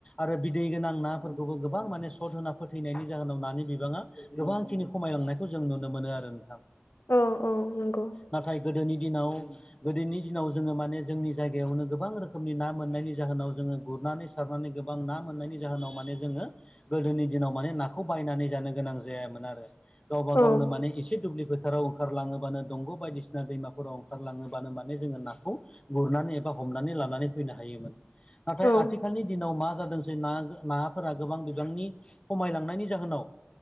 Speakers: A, on the left; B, on the left.
A: आरो बिदै गोनां नाफोरखौबो गोबां माने सट होना फोथैनायनि जाहोनाव नानि बिब बाङा गोबांखिनि खमायलांनायखौ जों नुनो मोनो आरो नोंथां।
B: औ औ नंगौ
A: नाथाय गोदोनि दिनाव गोदोनि दिनाव जोङो माने जोंनि जायगायावनो गोबां रोखोमनि ना मोननायनि जाहोनाव जोङो गुरनानै सनानै गोबां ना मोननायनि जोनाव म जोङो गोदोनि दिनाव मे नाखौ बायनानै ज गोनां जायामोन आरो गावबा
B: औ
A: गावनो माने एसे दुब्लिके फोथाराव ओंखारलाङोबानो दंग' बायदिसिना दैमाफोराव ओंखारलाङोबानो माने जोङो नाखौ गुरनानै एबा हमनानै लानानै फैनो हायोमोन नाथाय
B: औ
A: आथिखालनि दिनाव मा जादोंसै न नाफोरा गोबां बिबांनि खमायलांनायनि जाहोनाव